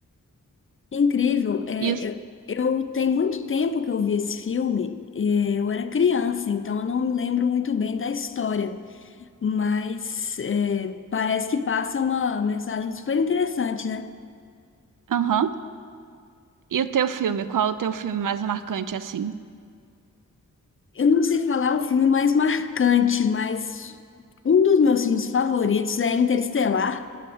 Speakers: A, on the left; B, on the right.
A: Incrível, é,
B: E o,
A: eu, eu tenho muito tempo que eu vi esse filme, é, eu era criança, então eu não me lembro muito bem da história, mas é, parece que passa uma mensagem super interessante, né?
B: aham. E o teu filme, qual é o teu filme mais marcante assim?
A: Eu não sei falar o filme mais marcante, mas um dos meus filmes favoritos é Interestelar.